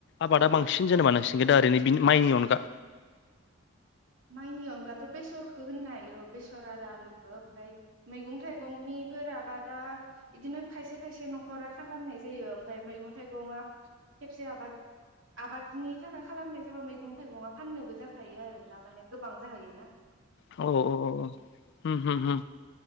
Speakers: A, on the left; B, on the right.
A: आबादा बांसिन जेनेबा नोंसि दा ओरैनो माइनि अनगा।
B: माइनि अनगाथ' बेसरखौ होननो हायो बेसर आरो आलुखौ ओमफ्राय मैगं थाइगंनिफोर आबादा बिदिनो खायसे खायसे न'खरा खालामनाय जायो ओमफ्राय मैगं थाइगंआ खेबसे आबाद आबादनि थाखाय खालामनाय जाबा मैगं थाइगंआ फाननोबो जाखायो आरो। ना माने गोबां जाहैयो ना।
A: औ औ औ हु हु हु।